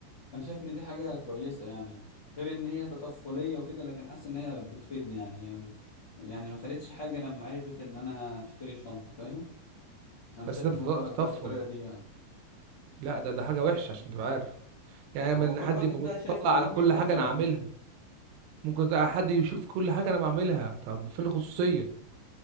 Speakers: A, on the left; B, on the right.
A: فانا شايف ان دي حاجة كويسة يعني غير ان هي تطفلية وكده لكن حاسس ان هي بتفيدني يعني هي يعني ما خلتش حاجة لما عرفت ان انا هشتري شنطة فاهم انا
B: بس
A: شايف
B: ده
A: الموضوع
B: تط- تطفل
A: ده بالطريقة دي يعني
B: لا ده ده حاجة وحشة عشان تبقى عارف يعني
A: ما
B: لما
A: هو
B: إن
A: كل
B: حد
A: واحد
B: يبقى
A: بقى شايف
B: مطلع
A: من
B: على
A: وجهة
B: كل
A: نظره
B: حاجة أنا عاملها
A: يعني
B: ممكن ده حد يشوف كل حاجة أنا بعملها طب فين الخصوصية